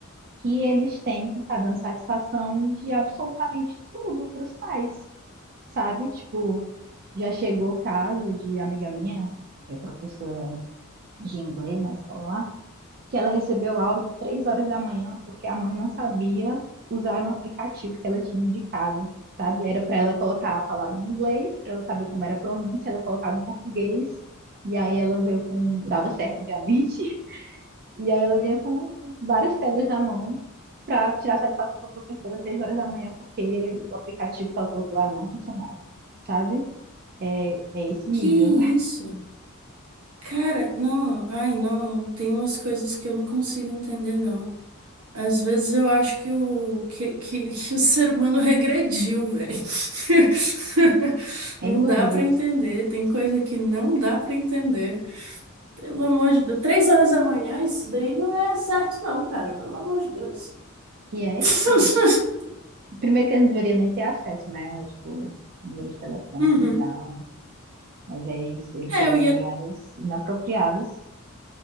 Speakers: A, on the right (about 45°); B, on the right (about 85°).
A: que eles têm que estar tá dando satisfação de absolutamente tudo para os pais. sabe? Tipo, já chegou o caso de amiga minha, que é professora de inglês na escola lá, que ela recebeu áudio três horas da manhã porque a mãe não sabia usar um aplicativo que ela tinha indicado, sabe? Era para ela colocar a palavra em inglês, para ela saber como era a pronúncia, ela colocava em português, e aí ela veio com, dava certo, obviamente, e aí ela vinha com várias pedras na mão para tirar satisfação com a professora três horas da manhã, porque o aplicativo que ela colocou lá não funcionava, sabe? É, é esse nível,
B: Que isso? Cara, não, ai não, tem umas coisas que eu não consigo entender, não. Às vezes eu acho que o, que, que, que o ser humano regrediu, velho. <laughs>
A: <laughs> sem
B: Não
A: dúvidas.
B: dá pra entender, tem coisa que não dá pra entender. Pelo amor de Deus. Três horas da manhã, isso daí não é certo, não, cara. Pelo amor de Deus.
A: E é
B: <laughs>
A: isso. Primeiro que eles não deveriam nem ter acesso, né? Tipo, número de telefone
B: Uhum.
A: e tal. Mas aí eles, eles
B: É,
A: chegam
B: eu ia,
A: em horários inapropriados